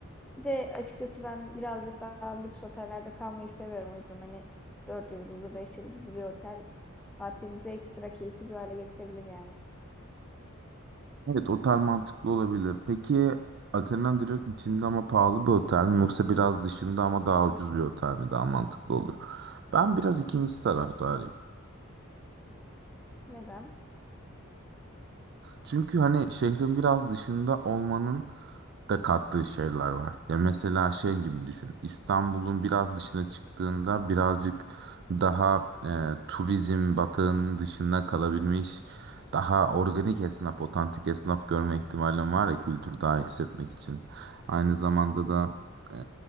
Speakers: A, in the centre; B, on the right.
A: Bir de açıkçası ben birazcık daha lüks otellerde kalmayı seviyorum. O yüzden hani 4 yıldızlı, 5 yıldızlı bir otel tatilimizi ekstra keyifli bir hale getirebilir yani.
B: Evet otel mantıklı olabilir. Peki Atina'nın direkt içinde ama pahalı bir otel mi yoksa biraz dışında ama daha ucuz bir otel mi daha mantıklı olur? Ben biraz ikinci taraftarıyım.
A: Neden?
B: Çünkü hani şehrin biraz dışında olmanın da kattığı şeyler var. Ya mesela şey gibi düşün. İstanbul'un biraz dışına çıktığında birazcık daha e, turizm batağının dışında kalabilmiş, daha organik esnaf, otantik esnaf görme ihtimalin var ya kültür daha iyi hissetmek için. Aynı zamanda da e,